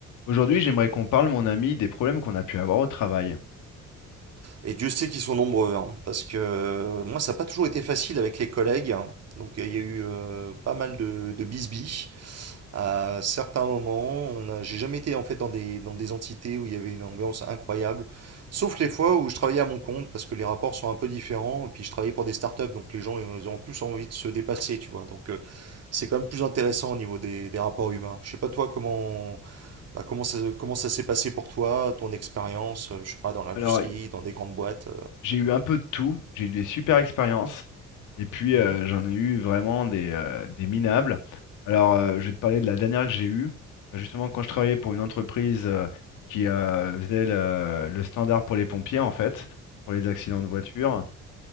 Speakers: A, on the left; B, on the right.
A: Aujourd'hui, j'aimerais qu'on parle, mon ami, des problèmes qu'on a pu avoir au travail.
B: Et Dieu sait qu'ils sont nombreux, hein, parce que euh, moi, ça n'a pas toujours été facile avec les collègues. hein. Donc, il y a eu euh, pas mal de, de bisbis. À certains moments, on a, j'ai jamais été en fait dans des, dans des entités où il y avait une ambiance incroyable, sauf les fois où je travaillais à mon compte, parce que les rapports sont un peu différents, et puis je travaillais pour des startups, donc les gens, ils ont plus envie de se dépasser, tu vois. Donc, euh, c'est quand même plus intéressant au niveau des, des rapports humains. Je sais pas toi comment bah, comment ça, comment ça s'est passé pour toi, ton expérience, euh, je sais pas dans l'industrie,
A: Alors, y-
B: dans des grandes boîtes.
A: j'ai eu un peu de tout, j'ai eu des super expériences, et puis
B: Mhm.
A: euh, j'en ai eu vraiment des, euh, des minables. Alors, euh, je vais te parler de la dernière que j'ai eue. Bah, Justement, quand je travaillais pour une entreprise euh, qui euh, faisait le, le standard pour les pompiers, en fait, pour les accidents de voiture,